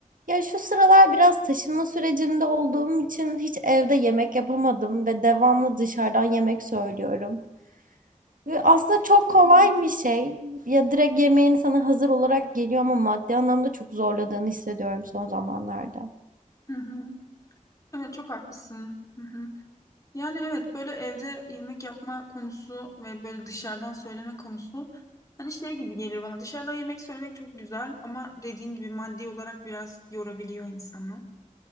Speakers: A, on the right; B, on the left.
A: Ya şu sıralar biraz taşınma sürecinde olduğum için hiç evde yemek yapamadım ve devamlı dışarıdan yemek söylüyorum. Ve aslında çok kolay
B: Hı
A: bir şey. Ya direkt yemeğin sana hazır olarak geliyor ama maddi anlamda çok zorladığını hissediyorum son zamanlarda.
B: hı. Evet çok haklısın. Hı hı. Yani evet böyle evde yemek yapma konusu ve böyle dışarıdan söyleme konusu hani şey gibi geliyor bana. Dışarıdan yemek söylemek çok güzel ama dediğin gibi maddi olarak biraz yorabiliyor insanı.